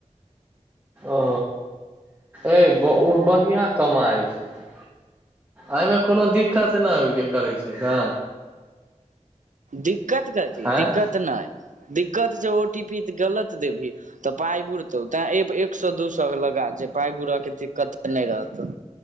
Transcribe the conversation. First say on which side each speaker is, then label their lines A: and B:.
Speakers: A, on the right; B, on the right.
A: ओ ए ओ बढ़िआँ कमाइ छै तऽ एहिमे कोनो दिक्कत नहि जे करै छै त
B: दिक्कत कथी
A: आँय
B: दिक्कत नहि दिक्कत छै ओ टी पी तऽ गलत देबही तऽ पाइ बुुरतौ तें एक सै दू सै लगा दे जे पाइ बुरऽके दिक्कत नहि रहतौ